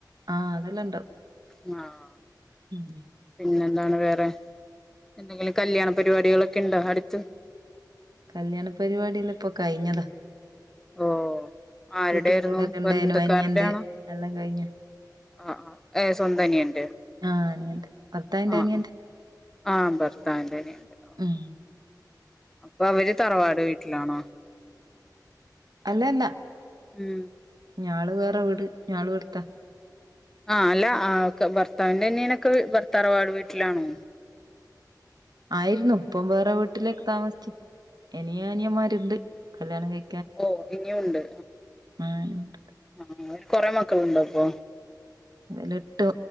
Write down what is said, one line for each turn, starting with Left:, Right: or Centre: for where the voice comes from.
Right: ആ അതെല്ലാം ഉണ്ടാവും
Centre: ആഹ്
Right: ഉം
Centre: പിന്നെ എന്താണ് വേറെ എന്തെങ്കിലും കല്യാണ പരിപാടികളൊക്കെ ഇണ്ടോ അടുത്ത്
Right: കല്യാണ പരിപാടില്ല ഇപ്പൊ കഴിഞ്ഞതാ
Centre: ഓ ആരുടെ
Right: വീട്ടിൽ
Centre: ആായിരുന്നു
Right: കൂടലുണ്ടായിനു
Centre: ബന്ധക്കാരുടെ
Right: അനിയന്റെ
Centre: ആണോ
Right: എല്ലാം കഴിഞ്ഞ
Centre: ആ ആ് ഏ സ്വന്തനിയ ഉണ്ട്
Right: ആ അനിയന്റെ ഭർത്താവിന്റെ
Centre: ആഹ്
Right: അനിയന്റെ
Centre: ആഹ് ആ ഭർത്താന്റെനിയന്റെ
Right: ഉം
Centre: അപ്പൊ അവര് തറവാട് വീട്ടിലാണോ
Right: അല്ലന്നാ
Centre: ഉം
Right: ഞള് വേറെ വിട് ഞള് എടുത്താ
Centre: ആഹ് അല്ല ആ ഭർത്താവിന്റെറെനീനൊക്കെ ഭർത്താറവാട് വീട്ടിലാണ
Right: ആയിരുന്നു ഇപ്പം വേറെ വീട്ടിലൊക്കെ താമസിച്ചു എനിയ അനിയന്മാരുണ്ട് കല്യാണം കഴ
Centre: ഓ ഇനിയ ഉണ്ട്
Right: ഞാനുണ്ട്
Centre: ആ ആ കൊറെക്ക മക്കളുണ്ടോപ്പോ
Right: അെ എട്ട്